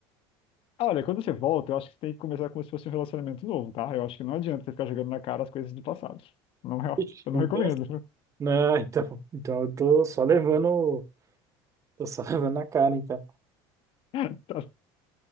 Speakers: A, on the left; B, on the right.
A: Olha, quando você volta, eu acho que você tem que começar como se fosse um relacionamento novo, tá? Eu acho que não adianta você ficar jogando na cara as coisas do passado. Não é,
B: Ixi,
A: eu
B: Então,
A: não recomendo.
B: não, então, então eu tô só levando, tô só <laughs> levando na cara, então.
A: <laughs> Tá-